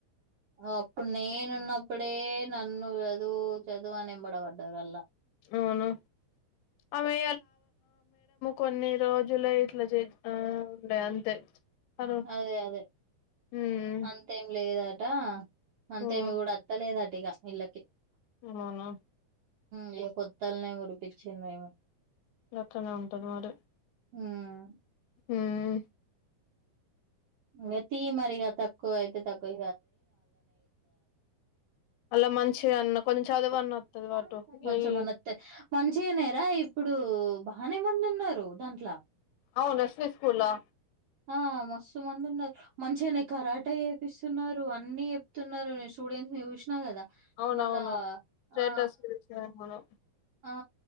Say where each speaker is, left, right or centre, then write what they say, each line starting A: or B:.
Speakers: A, on the right; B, on the left.
A: అప్పుడు నేనున్నప్పుడే నన్ను చదువు చదువు అని ఎంబడబడ్డారు అల్లా
B: అవును ఆమె కొన్ని రోజులు ఇట్లా చేస్తా ఉండే అంతే అను
A: అదే అదే
B: ఉమ్
A: అంతేం లేదట అంతేమి
B: ఉమ్
A: కూడా అత్తలేదట ఇగా వీళ్ళకి
B: అవునా
A: హ్మ్ కొత్తల్నే మురిపించిందేమో
B: గట్లనే ఉంటది మరి
A: హ్మ్
B: హ్మ్
A: ఇంగ తీ మరి గా తక్కువ అయితే తక్కువ
B: అలా మంచిగా అన్న కొంచెం చదువు
A: <unintelligible>
B: అన్న వత్తది వాటు ఇగ
A: కొంచెమన్నా
B: ఈ
A: వత్తే మంచిగనే రా ఇ ఇప్పుడు బానే మంది ఉన్నారు దాంట్ల
B: ఔను నర్సరీ స్కూల్ల
A: ఆ మస్తు మందు ఉన్నారు మంచిగనే కరా టే చేపిస్తున్నారు అన్ని చెప్తున్నారు నేను స్టూడెంట్స్ ని చూసిన కదా
B: అవునవును
A: మళ్ళా
B: స్టేటస్
A: ఆ
B: చూసాను మనం
A: ఆ